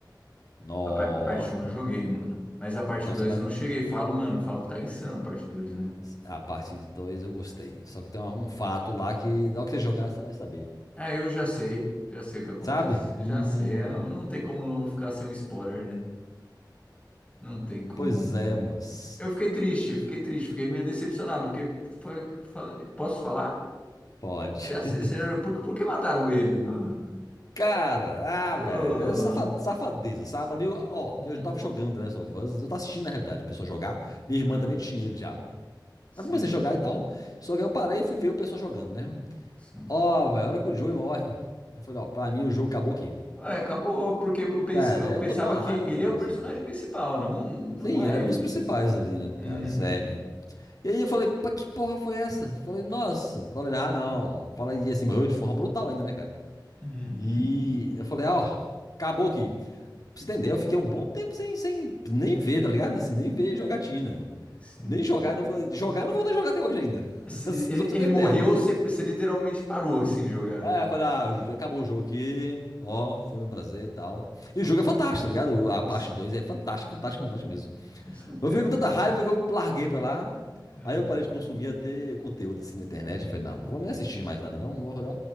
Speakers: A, on the left; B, on the left.
A: Não.
B: A par- parte um eu joguei, mano. Mas a parte
A: Então
B: 2
A: você não
B: eu
A: vai.
B: não cheguei. Falo, mano, falo que tá insano a parte dois né?
A: A parte 2 eu gostei. Só que tem uma- um fato lá que, ao que você jogar, você vai saber.
B: Ah, eu já sei. Já sei o que acontece.
A: Sabe? Hum.
B: Já sei. é, Não tem como não ficar sem um spoiler, né? Não tem como.
A: Pois
B: mano.
A: é, moço.
B: Eu fiquei triste, fiquei triste, fiquei meio decepcionado. Porque. fa- fa- Posso falar?
A: Pode.
B: É assim,
A: <laughs>
B: será- Por que por que mataram ele, mano?
A: Cara, ah,
B: Oh,
A: velho, é safa- safadeza, sabe? Pra mim, eu- ó,
B: hum,
A: eu tava jogando The Last of Us, eu tava assistindo, na realidade, a pessoa jogar. Minha irmã
B: hum,
A: também tinha ele já.
B: Sim.
A: Aí comecei a jogar e tal. Só que aí eu parei e fui ver o pessoal jogando, né?
B: Sim.
A: Ó, velho, a hora que o Joey morre. Eu falei, ó, pra mim o jogo acabou aqui.
B: Ué, acabou, porque eu pens-
A: Cara,
B: eu pensava
A: eu tomei uma
B: que
A: raiva
B: ele
A: da porra,
B: é o personagem
A: assim.
B: principal, não, não
A: Sim,
B: a
A: ele
B: Ellie.
A: era um dos principais ali, né, no
B: Uhum,
A: caso. É. E aí eu falei, pá, que porra foi essa? Falei, nossa. Falei, ah, não. Falei, e assim, morreu de forma brutal ainda, né, cara?
B: uhum.
A: E eu falei, ah, ó, acabou aqui. Pra você entender, eu fiquei um bom tempo sem, sem nem ver, tá ligado? Assim, nem ver jogatina.
B: Sim.
A: Nem jogar, eu não vou. Jogar, eu não vou ter jogar até hoje ainda. <laughs>
B: Se-
A: Assim,
B: Ele,
A: só pra
B: ele
A: você entender.
B: morreu, você você literalmente parou assim de jogar.
A: É, eu falei, ah, acabou o jogo aqui, ó, foi um prazer e tal. E o jogo é fantástico, tá ligado? A
B: Isso,
A: parte 2 é fantástica, fantástica, fantástica mesmo.
B: com certeza.
A: Mas eu fiquei com tanta raiva que eu larguei pra lá.
B: Uhum,
A: Aí eu parei de consumir até conteúdo assim na internet. Eu falei, não, não vou nem assistir mais nada, não. não Vou olhar.